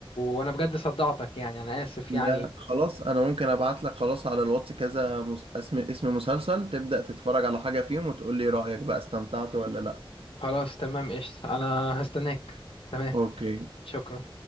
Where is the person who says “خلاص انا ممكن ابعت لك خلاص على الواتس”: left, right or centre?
Right